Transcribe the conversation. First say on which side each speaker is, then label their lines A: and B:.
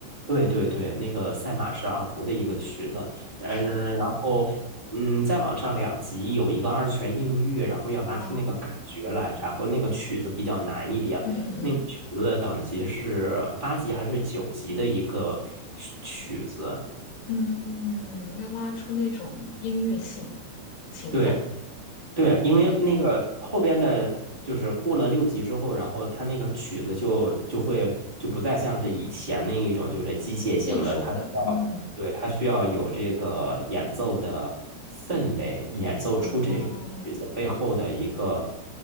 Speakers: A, on the right; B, on the left.
A: 对对对，那个赛马是二胡的一个曲子，嗯，
B: 是的，
A: 然后嗯，再往上两级有一个二泉映月，然后要拉出那个感觉来，
B: 哦，
A: 然后那个曲子比较难一点，
B: 嗯嗯
A: 那个曲子的等级是八级还是九级的一个曲曲子？
B: 嗯嗯，要拉出那种音乐性、情感，
A: 对，对，因为那个后边的，
B: 对对。
A: 就是过了六级之后，然后他那个曲子就就会就不再像是以前那一种，就是机械性的，
B: 技术的，
A: 它需要，
B: 嗯，
A: 对，它需要有这个演奏的氛围，演奏出这种曲子背后的一个，
B: 哦，